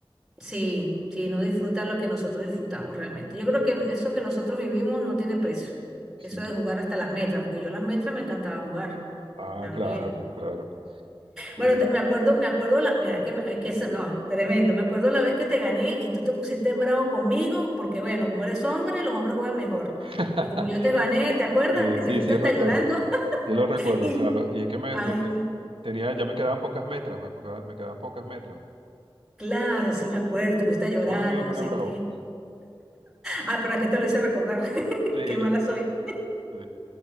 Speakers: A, in the centre; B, on the right.
A: Sí, sí, no disfrutan lo que nosotros disfrutamos realmente. Yo creo que eso que nosotros vivimos no tiene precio.
B: Sí.
A: Eso de jugar hasta las metras, porque yo las metras me encantaba jugar
B: Ah,
A: también.
B: claro, claro. Sí.
A: Bueno, te- me acuerdo, me acuerdo la, mira, es que, me- es que eso, no, tremendo. Me acuerdo la vez que te gané y tú te pusiste bravo conmigo, porque bueno, como eres hombre, los hombres juegan mejor.
B: <laughs>
A: Y como yo te gané, ¿te acuerdas?
B: Sí,
A: Que te
B: sí,
A: fuiste
B: sí,
A: hasta
B: recuerdo.
A: llorando. <laughs>
B: Yo lo recuerdo,
A: Y,
B: claro. Y es que me,
A: ay,
B: me te-
A: no.
B: tenía, ya me quedaban pocas metras, me, poca- me quedaban pocas metras.
A: Claro,
B: Exactamente.
A: sí me acuerdo, te pusiste a llorar
B: Ahora me voy a
A: y
B: poner
A: no sé
B: bravo.
A: qué. Ah, ¿para qué te lo hice recordar? <laughs>
B: Sí,
A: Qué mala soy.
B: sí.